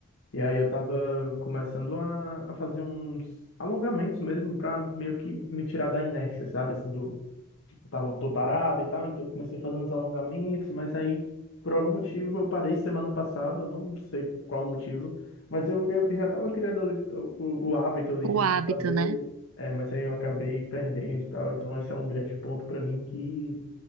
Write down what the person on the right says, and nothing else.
O
hábito,
né?